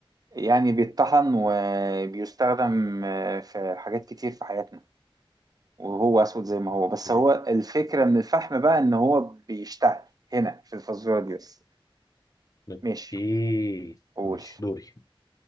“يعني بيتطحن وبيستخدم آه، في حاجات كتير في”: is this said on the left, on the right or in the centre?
Right